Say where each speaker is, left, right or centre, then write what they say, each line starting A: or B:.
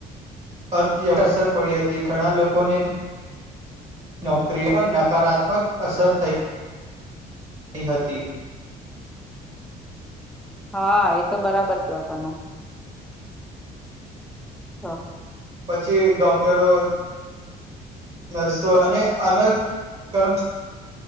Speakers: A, on the right; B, in the centre.
A: અર્થ્ય <unintelligible> અસર પડી હતી, ઘણા લોકોની નોકરી પર નકારાત્મક અસર થઈ હતી.
B: હા, એ તો બરાબર ક્યો તમે. હ.
A: પછી ડોક્ટરો નર્સો અને અન કરમ